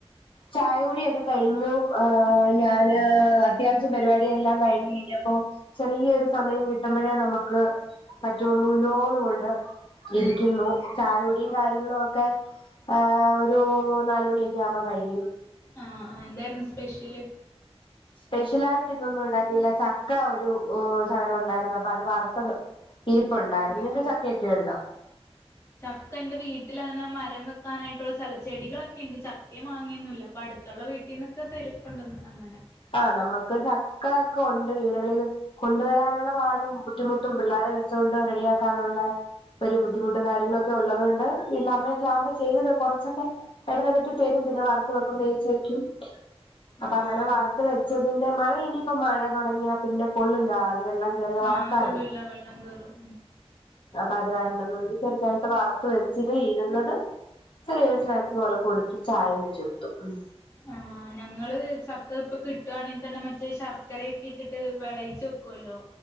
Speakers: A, on the left; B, on the left.
A: ചായ കുടിയൊക്കെ കഴിഞ്ഞു
B: ആഹ്
A: ഞാന് അത്യാവശ്യ പരിപാടിയെല്ലാം കഴിഞ്ഞ് കഴിഞ്ഞപ്പോ ചെറിയൊരു സമയം കിട്ടുമ്പോഴേ നമുക്ക് പറ്റുള്ളൂ ലോന്ന് കൊണ്ട് ഇരിക്കുന്നു
B: ആഹ്
A: ചായ കുടിയും
B: ആഹ്
A: കാര്യങ്ങളും ഒക്കെ ഏ ഒരു നാലുമണിയൊക്കെ ആവ്പോ കഴിയും
B: ആഹ് ആഹ് എന്തായിരുന്നു സ്പെഷ്യല്
A: സ്പെഷ്യല് ആയിട്ട് ഇന്നൊന്നും ഉണ്ടാക്കിയില്ല ചക്ക ഒരു ചകലം ഉണ്ടായിരുന്നു അപ്പൊ അത് വറുത്തത് ഇരിപ്പണ്ടായിരുന്നു
B: ആഹ്
A: നിങ്ക
B: ആഹ്
A: ചക്കയൊക്കെ ഉണ്ടോ
B: ചക്ക എന്റെ വീട്ടിൽ അങ്ങനെ മരം വെക്കാനായിട്ടുള്ള സ്ഥലച്ചെടികളൊക്കെ ഉണ്ട് ചക്ക മാങ്ങിയൊന്നും ഇല്ല പ്പ അടുത്തുള്ള വീട്ടിൽന്നൊക്കെ തെരും കൊണ്ടന്ന് അങ്ങനെ
A: ആഹ് നമുക്ക് ചക്ക ഒക്കെ ഉണ്ട് വീടുകളില് കൊണ്ടുവരാനുള്ള പാടും ബുദ്ധിമുട്ടും പിള്ളോരെ വെച്ചുകൊണ്ട് റെഡിയാക്കാനുള്ള ഒരു ബുദ്ധിമുട്ടും കാര്യങ്ങളൊക്കെ ഉള്ളത് കൊണ്ട് വീട്ടില് അമ്മയൊക്കെ ആവുമ്പൾ ചെയ്തത് കുറച്ചൊക്കെ എടനതട്ട് തരും പിന്നെ വർത്ത് വെക്കും വേവിച്ച്‌വക്കും അപ്പൊ
B: ആഹ്
A: അങ്ങനെ വർ തിന്റെ മഴ ഇനിയിപ്പ മഴ തുടങ്ങിയാ പിന്നെ കൊള്ളില്ല അത് വെള്ളം കേറിയ വറക്കാനേ
B: ആഹ് കൊള്ളൂല്ല വെള്ളം കേറും
A: അപ്പൊ അത് കാരണം കൊണ്ട് ചെറുതായിട്ട് വറുത്ത് വെച്ചിത് ഇരുന്നത് ചെറിയെ
B: ആഹ്
A: സ്നാക്സ്
B: ആഹ്
A: പോലെ കൊടുത്ത് ചായ വെച് കൊടുത്തു ഉം
B: ആഹ് ഞങ്ങള് ചക്ക ഇപ്പൊ കിട്ടുവാണെങ്കിൽ തന്നെ മറ്റേ ശർക്കരയക്ക ഇട്ടിട്ട് വിളയിച്ച് വെക്കുവല്ലോ